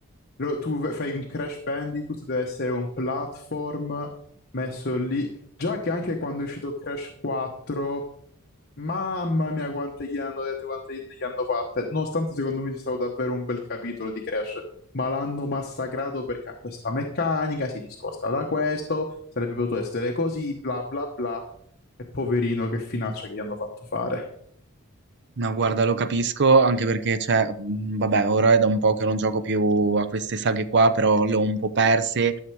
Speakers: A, on the left; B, on the right.
A: Lo- tu v- fai un Crash Bandicoot, deve essere un platform messo lì. Già che anche quando è uscito Crash 4, mamma mia, quante gli hanno dette, quante ne gli hanno fatte. Nonostante secondo me ci stato davvero un bel capitolo di Crash, ma l'hanno massacrato perché ha questa meccanica, si discosta da questo, sarebbe potuto essere così, bla bla bla. E poverino, che finaccia che gli hanno fatto fare.
B: No, guarda, lo capisco, anche perché, cioè, mh, vabbè, ora è da un po' che non gioco più a queste saghe qua, però le ho un po' perse